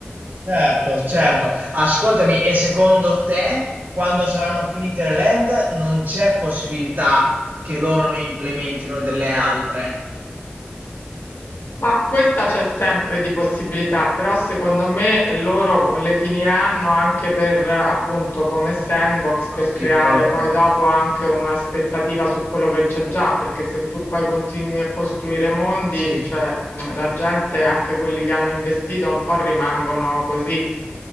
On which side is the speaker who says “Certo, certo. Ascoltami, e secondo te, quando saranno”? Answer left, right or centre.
Right